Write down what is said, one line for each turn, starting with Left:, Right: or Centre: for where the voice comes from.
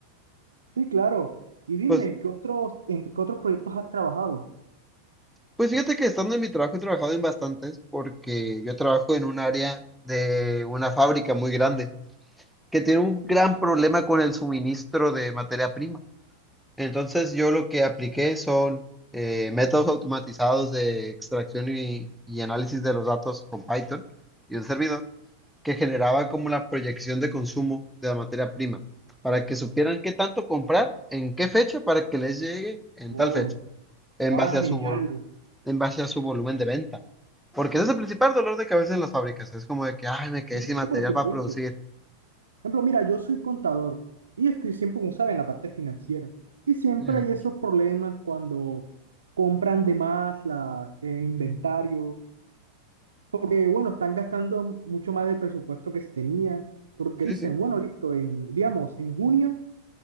Right: Sí, claro. Y dime,
Centre: Pues,
Right: ¿qué otros, en qué otros proyectos has trabajado?
Centre: Pues fíjate que estando en mi trabajo he trabajado en bastantes porque yo trabajo en un área de una fábrica muy grande que tiene un gran problema con el suministro de materia prima. Entonces yo lo que apliqué son eh, métodos automatizados de extracción y, y análisis de los datos con Python y un servidor que generaba como la proyección de consumo de la materia prima para que supieran qué tanto comprar, en qué fecha, para que les llegue en tal
Right: Oh,
Centre: fecha en
Right: va,
Centre: base a su
Right: genial.
Centre: vol- en base a su volumen de venta. Porque ese es el principal dolor de cabeza en las fábricas. Es como de que, ay, me quedé
Right: No,
Centre: sin
Right: sí,
Centre: material
Right: por supuesto.
Centre: para producir.
Right: Por ejemplo, mira, yo soy contador y estoy siempre, como saben, en la parte financiera. Y siempre
Centre: Ujú.
Right: hay esos problemas cuando compran de más las, el inventario, porque, bueno, están gastando mucho más del presupuesto que se tenía, porque dicen,
Centre: Sí, sí,
Right: bueno, listo, en, digamos, en junio